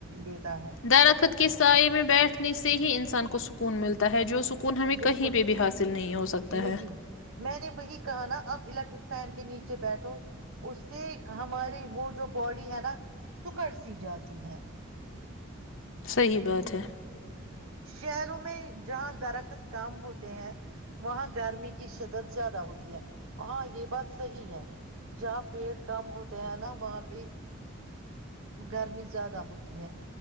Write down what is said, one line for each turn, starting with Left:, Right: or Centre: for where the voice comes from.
Right: لیتا ہے
Left: درخت کے سائے میں بیٹھنے سے ہی انسان کو سکون ملتا ہے جو سکون ن ہمیں
Right: بالکل
Left: کہیں پہ بھی حاصل نہیں ہو سکتا
Right: نہیں
Left: ہے
Right: میں نے وہی کہا نا آپ الیکٹرک فین کے نیچے بیٹھو اس سے ہماری وہ جو باڈی ہے نا سکڑ سی جاتی ہے
Left: صحیح بات ہے
Right: شہروں میں جہاں درخت کام ہوتے ہیں وہاں گرمی کی شدت زیادہ ہوتی ہے ہاں یہ بات صحی ہے جہاں پیڑ کام ہوتے ہیں نا وہاں پہ گرمی زیادہ ہوتی ہے